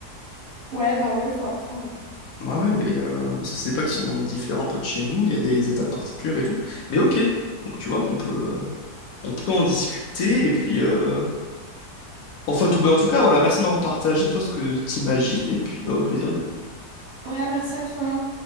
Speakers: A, on the right; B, on the left.
A: Ouais, bah ouais, faut apprendre.
B: Ouais, ouais, mais euh, parce que c'est pas qu'ils sont différents un peu de chez nous, il y a des étapes particulières et tout. Mais ok, donc tu vois qu'on peut, euh, on peut en discuter. Et puis, euh... enfin, tout, bah, en tout cas, voilà, merci de m'avoir partagé, toi, ce que t'imagines. Et puis, bah, au plaisir, du coup.
A: Ouais, merci à toi.